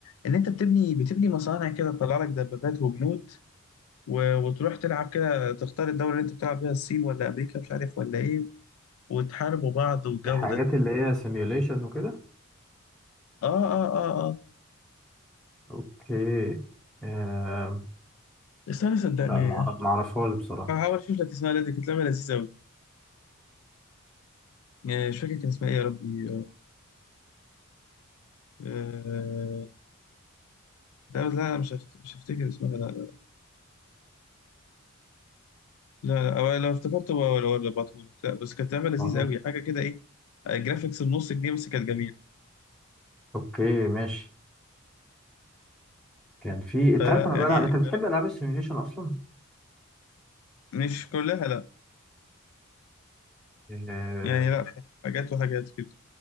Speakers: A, on the left; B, in the centre.
A: إن أنت بتبني بتبني مصانع كده تطلع لك دبابات وبنود و- وتروح تلعب كده تختار الدولة اللي أنت بتلعب بيها الصين ولا أمريكا مش عارف ولا إيه وتحاربوا بعض والجو
B: الحاجات
A: ده
B: اللي هي سيميوليشن وكده
A: آه آه آه آه
B: اوكي آه...
A: استنى صدقني
B: لا معرف... معرفهاش بصراحة
A: هحاول أشوف لك اسمها دي كانت لعبة لذيذة قوي آه، مش فاكر كان اسمها إيه يا ربي آه، لا لا لا، مش هفت... مش هفتكر اسمها لا لا لا أو لو افتكرته ولا ولا ببعتهولك لا بس كانت لعبة لذيذة
B: خلاص
A: قوي حاجة كده ايه آه، جرافيكس بنص جنيه بس كانت جميل
B: اوكي ماشي كان في انت
A: فلا
B: عارف انا
A: يعني
B: بلعب انت
A: جرب-
B: بتحب العاب السيميوليشن اصلا
A: مش كلها لا
B: آه...
A: يعني لا في حاجات وحاجات كده